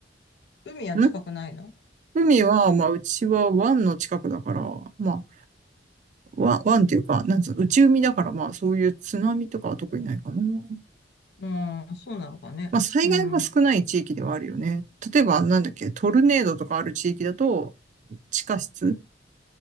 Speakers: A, on the left; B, on the right.
A: 海は近くないの
B: ん海は、まあ、うちは湾の近くだから、まあ、わ湾っていうか、なんつうの、内海だから、まあ、そういう津波とかは特にないかな。ま
A: うん、そうなのかね。
B: あ、災害は少ない地域ではあるよね。
A: うん。
B: 例えば、なんだっけ、トルネードとかある地域だと、地下室